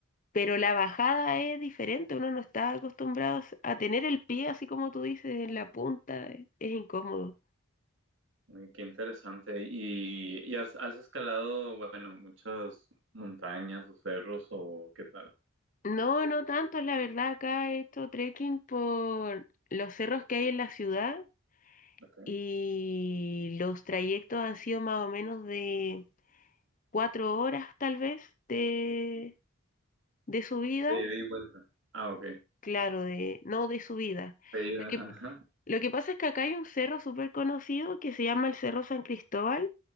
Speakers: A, on the left; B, on the right.
A: Pero la bajada es diferente, uno no está acostumbrado a tener el pie así como tú dices, en la punta, es, es incómodo.
B: Uy, Qué interesante. ¿Y, y has, has escalado, bueno, muchas montañas o cerros o qué tal?
A: No, no tanto, la verdad, acá he hecho trekking por los cerros que hay en la ciudad
B: Okay.
A: y los trayectos han sido más o menos de cuatro horas tal vez de, de subida
B: De ida y vuelta. Ah, ok.
A: claro, de, no de subida.
B: De ida,
A: Lo que,
B: ajá.
A: lo que pasa es que acá hay un cerro súper conocido que se llama el Cerro San Cristóbal